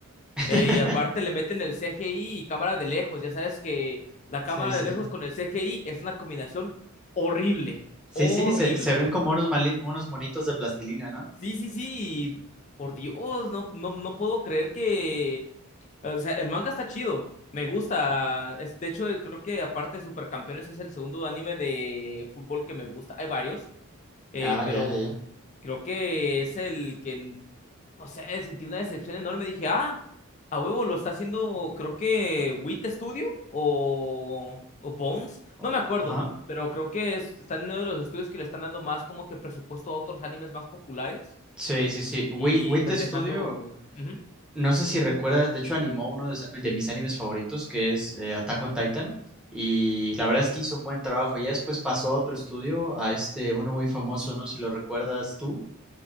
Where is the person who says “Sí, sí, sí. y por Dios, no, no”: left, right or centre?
Left